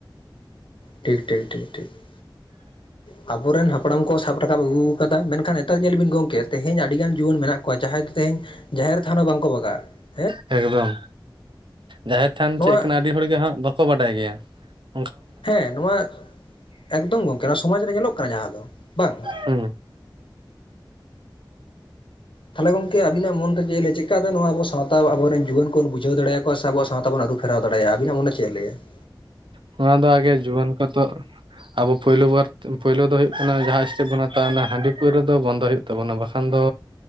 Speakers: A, on the left (about 85°); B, on the right (about 75°).
A: ᱴᱷᱤᱠ ᱴᱷᱤᱠ ᱴᱷᱤᱠ ᱴᱷᱤᱠ ᱾ ᱟᱵᱚᱨᱮᱱ ᱦᱟᱯᱲᱟᱢ ᱠᱚ ᱥᱟᱵ ᱨᱟᱠᱟᱵ ᱟᱹᱜᱩ ᱟᱠᱟᱫᱟ ᱢᱮᱱᱠᱷᱟᱱ ᱱᱮᱛᱚᱜ ᱧᱮᱞ ᱵᱤᱱ ᱜᱚᱢᱠᱮ ᱛᱮᱦᱮᱧ ᱟᱹᱰᱤᱜᱟᱱ ᱡᱩᱣᱟᱹᱱ ᱢᱮᱱᱟᱜ ᱠᱚᱣᱟ ᱡᱟᱦᱟᱸᱭ ᱫᱚ ᱛᱮᱦᱤᱧ ᱡᱟᱦᱮᱨ ᱛᱷᱟᱱ ᱦᱚᱸ ᱵᱟᱝᱠᱚ ᱵᱟᱜᱟᱜᱼᱟ ᱾
B: ᱮᱠᱫᱚᱢ, ᱡᱟᱦᱮᱨ ᱛᱷᱟᱱ
A: ᱱᱚᱣᱟ
B: ᱪᱮᱫ ᱠᱟᱱᱟ, ᱟᱹᱰᱤ ᱦᱚᱲᱜᱮ ᱦᱟᱸᱜ ᱵᱟᱠᱚ ᱵᱟᱰᱟᱭ ᱜᱮᱭᱟ ᱾
A: ᱦᱮᱸ ᱱᱚᱣᱟ ᱮᱠᱫᱚᱢ ᱜᱚᱝᱠᱮ ᱱᱚᱣᱟ ᱥᱚᱢᱟᱡ ᱨᱮ ᱧᱮᱞᱚᱜ ᱠᱟᱱᱟ ᱡᱟᱦᱟᱸ ᱫᱚ ᱵᱟᱝ ᱾
B: ᱦᱩᱸ
A: ᱛᱟᱦᱞᱮ ᱜᱚᱝᱠᱮ ᱟᱹᱵᱤᱱᱟᱜ ᱢᱚᱱᱨᱮ ᱡᱮᱞᱮ ᱪᱮᱠᱟ ᱛᱮ ᱱᱚᱣᱟ ᱟᱵᱚ ᱥᱟᱶᱛᱟ ᱟᱵᱚ ᱨᱮᱱ ᱡᱩᱣᱟᱹᱱ ᱠᱚ ᱵᱚᱱ ᱵᱩᱡᱷᱟᱹᱣ ᱫᱟᱲᱮᱭᱟᱠᱚ ᱥᱮ ᱟᱵᱚᱣᱟᱜ ᱥᱟᱶᱛᱟ ᱵᱚᱱ ᱟᱹᱨᱩᱵ ᱾ ᱯᱷᱮᱨᱟᱣ ᱫᱟᱲᱮᱭᱟᱜᱼᱟ ᱟᱹᱵᱤᱱᱟᱜ ᱢᱚᱱᱮ ᱪᱮᱫ ᱮ ᱞᱟᱹᱭᱟ ᱾
B: ᱱᱚᱣᱟ ᱫᱚ ᱟᱜᱮ ᱡᱩᱣᱟᱹᱱ ᱠᱚᱛᱚ ᱟᱵᱚ ᱯᱳᱭᱞᱩ ᱵᱟᱨ ᱯᱩᱭᱞᱳ ᱫᱚ ᱦᱩᱭᱩᱜ ᱠᱟᱱᱟ ᱡᱟᱦᱟᱸ ᱥᱴᱮᱯ ᱵᱚᱱ ᱦᱟᱛᱟᱣᱟ ᱚᱱᱟ ᱦᱟᱺᱰᱤ ᱯᱟᱹᱣᱨᱟᱹ ᱫᱚ ᱵᱚᱱᱫᱚ ᱦᱩᱭᱩᱜ ᱛᱟᱵᱚᱱᱟ ᱵᱟᱠᱷᱟᱱ ᱫᱚ